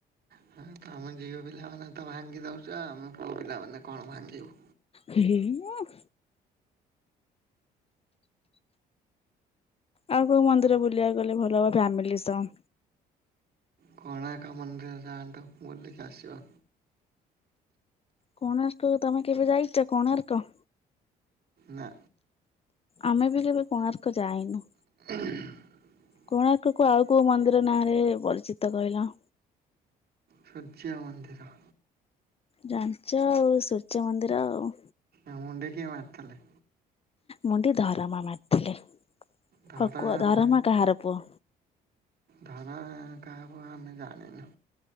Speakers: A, on the right; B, on the left.
A: ହଁ ତମେ ଝିଅ ପିଲାମାନେ ତ ଭାଙ୍ଗି ଦେଉଛ। ଆମେ ପୁଅ ପିଲାମାନେ କଣ ଭାଙ୍ଗିବୁ।
B: ହେ, ହେ, ମ ଆଉ କୋଉ ମନ୍ଦିର ବୁଲିବାକୁ ଗଲେ ଭଲ ହବ? ଫ୍ୟାମିଲି ସହ।
A: କୋଣାର୍କ ମନ୍ଦିର ଯାଆନ୍ତୁ। ବୁଲିକି ଆସିବ।
B: କୋଣାର୍କ ତମେ କେବେ ଯାଇଛ। କୋଣାର୍କ?
A: ନା
B: ଆମେ ବି କେବେ କୋଣାର୍କ ଯାାଇନୁ।
A: <inaudible>
B: କୋଣାର୍କ କୁ ଆଉ କୋଉ ମନ୍ଦିର ନାଁ ରେ ପରିଚିତ କହିଲ।
A: ସୂର୍ଯ୍ୟ ମନ୍ଦିର।
B: ଜାଣିଛ ଆଉ ସୂର୍ଯ୍ୟ ମନ୍ଦିର ଆଉ।
A: ଆ ମୁଣ୍ଡି କିଏ ମାରିଥିଲେ?
B: ମୁଣ୍ଡି ଧରମା ମାରିଥିଲେ।
A: ଧରା
B: ହଉ କୁହ ଧରମା
A: ମା
B: କାହାର ପୁଅ?
A: ଧରା କାହା ପୁଅ ଆମେ ଜାଣିନୁ।